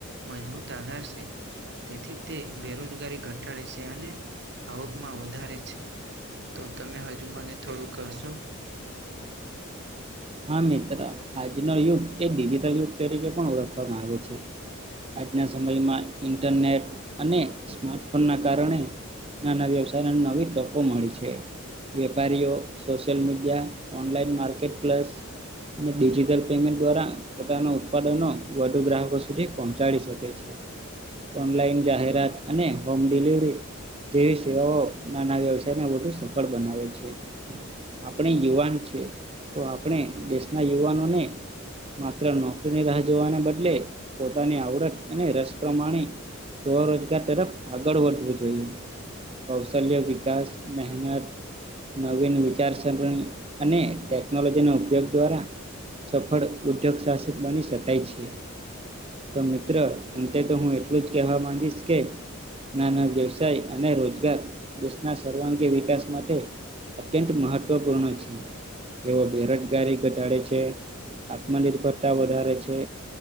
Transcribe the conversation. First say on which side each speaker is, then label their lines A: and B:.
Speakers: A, on the right; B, on the right.
A: મજબૂત આધાર છે. તેથી તે બેરોજગારી ઘટાડે છે. અને આવકમાં વધારે છે તો તમે હજુ મને થોડું કશો?
B: હા મિત્ર આજનો યુગ એક ડિજિટલ યુગ તરીકે પણ ઓળખવામાં આવે છે. આજના સમયમાં ઇન્ટરનેટ અને સ્માર્ટફોનના કારણે- નાના વ્યવસાયને નવી તકો મળી છે. વેપારીઓ social media online market plus- અને ડિજિટલ પેમેન્ટ દ્વારા પોતાના ઉત્પાદનો વધુ ગ્રાહકો સુધી પહોંચાડી શકે- ઓનલાઈન જાહેરાત અને હોમ ડિલિવરી- જેવી સેવાઓ નાના વ્યવસાયને વધુ સફળ બનાવે છે. આપણે યુવાન છે તો આપણે દેશના યુવાનોને- માત્ર નોકરીની રાહ જોવાને બદલે પોતાની આવડત અને રસ પ્રમાણે- સ્વરોજગાર તરફ આગળ વધવું જોઈએ. કૌશલ્ય વિકાસ મેહેનત- નવીન વિચારસરણી અને ટેકનોલોજી- તેનો ઉપયોગ દ્વારા સફળ ઉદ્યોગ સાસિત બની શકાય છે. તો મિત્ર અંતે તો હું એટલું જ કહેવા માંગીશ કે- નાના વ્યવસાય અને રોજગાર દેશના સર્વાંગી વિકાસ માટે- અત્યંત મહત્ત્વપૂર્ણ છે. તેઓ બેરોજગારી ઘટાડે છે આત્મનિર્ભરતા વધારે છે.